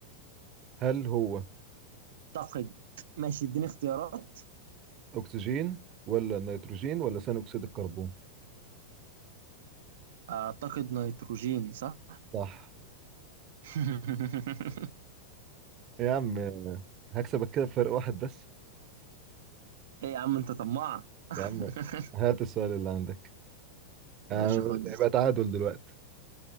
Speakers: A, on the right; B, on the right.
A: هل هو
B: أعتقد ماشي اديني اختيارات
A: اكسجين ولا نيتروجين ولا ثاني اكسيد الكربون
B: أعتقد نيتروجين صح
A: صح
B: <laughs>
A: يا عم هكسبك كده بفرق واحد بس
B: إيه يا عم أنت طماع <laughs>
A: يا عم هات السؤال اللي عندك آه،
B: يا باشا خد دي.
A: يبقى تعادل دلوقتي